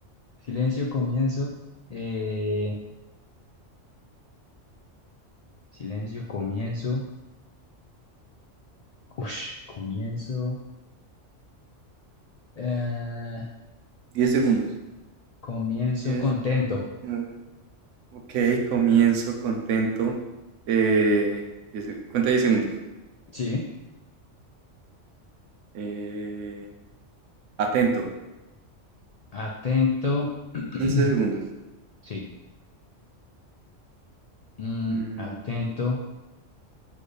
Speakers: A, on the left; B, on the right.
A: Silencio, comienzo. eh, silencio, comienzo. Ush, comienzo. eh,
B: Diez segundos.
A: comienzo
B: Diez,
A: contento.
B: nueve. Ok, comienzo, contento. Eh, 10 se- cuenta 10 segundos.
A: Sí,
B: Eh, atento.
A: atento. <clears throat>
B: 15 segundos.
A: Sí, mm,
B: Mm,
A: atento,